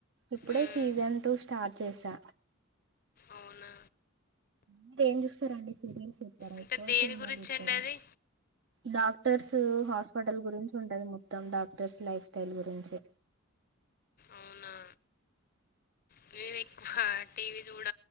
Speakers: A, on the right; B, on the left.
A: ఇప్పుడే
B: ఉమ్,
A: సీజన్ టూ స్టార్ట్ చేసా
B: అవునా
A: అంటే ఏం చూస్తారండి సీరియల్స్ చూస్తారా
B: అంటే
A: ఎక్కువ
B: దేని
A: సినిమాలు
B: గురించి
A: చూస్తారా
B: అండి అది
A: డాక్టర్స్ హాస్పిటల్ గురించి ఉంటది మొత్తం డాక్టర్స్ లైఫ్ స్టైల్ గురించి
B: అవునా టీ వీ హ టీవీ చూడ